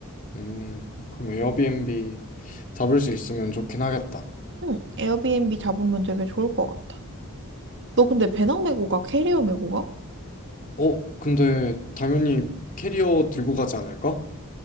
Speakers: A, on the left; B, on the right.
A: 음, 그럼 에어비앤비 잡을 수 있으면 좋긴 하겠다.
B: 음, 에어비앤비 잡으면 되게 좋을 것 같아. 너 근데 배낭 메고 가? 캐리어 메고 가?
A: 어, 근데 당연히 캐리어 들고 가지 않을까?